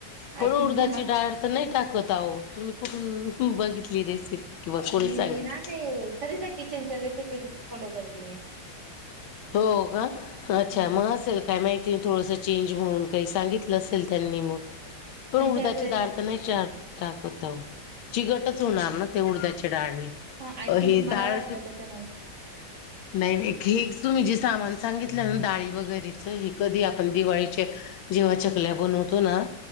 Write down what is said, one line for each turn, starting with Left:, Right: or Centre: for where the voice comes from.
Left: पण
Right: आय
Left: उर्धाची
Right: थिंक मला
Left: डाळ तर नाही टाकत आहो तुम्ही कुठून बघितली रेसिपी किंवा कोणी
Right: मी
Left: सांगितली
Right: ना ते सरिता किचनच्या रेसिपी फॉलो करते मी
Left: हो का अच्छा
Right: हम्म.
Left: मग असेल काय माहिती थोडसं चेंज म्हणून काही सांगितलं असेल त्यांनी मग पण
Right: त्यांच्या
Left: उर्दाचे
Right: रेसिपीज
Left: दधार तर नाही
Right: फॉलो
Left: चार
Right: कर
Left: टाकत चिगटच होणार ना ते उडद्याचे डाळणी
Right: हा आय
Left: अ
Right: थिंक
Left: हे
Right: मला
Left: डाळ
Right: वाटलं त्याच्यामुळे
Left: नाही हे तुम्ही जे सामान सांगितलं ना डाळी वगैरेचं हेी कधी आपण दिवाळीचे जेव्हा चकल्या बनवतो ना